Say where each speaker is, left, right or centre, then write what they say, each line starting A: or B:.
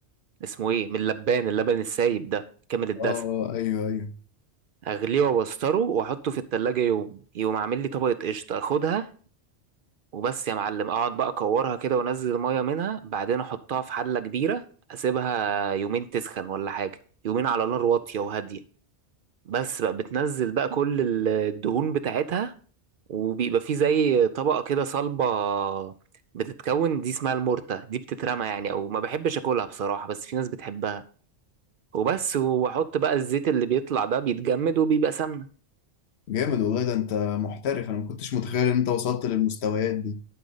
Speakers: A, on the right; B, on the left.
A: اسمه ايه من اللبان اللبن السايب ده كامل الدسم
B: اه آه، ايوه ايوه
A: اغليه وابستره واحطه في التلاجة يوم يقوم عامل لي طبقة قشطة اخدها وبس يا معلم اقعد بقى اكورها كده وانزل الميه منها بعدين احطها في حله كبيره اسيبها يومين تسخن ولا حاجه يومين على نار واطيه وهاديه بس بقى بتنزل بقى كل ال- الدهون بتاعتها وبيبقى في زي طبقه كده صلبه بتتكون دي اسمها المورتا دي بتترمى يعني او ما بحبش اكلها بصراحه بس في ناس بتحبها وبس واحط بقى الزيت اللي بيطلع ده بيتجمد وبيبقى سمنه
B: جامد والله ده انت محترف انا ما كنتش متخيل ان انت وصلت للمستويات دي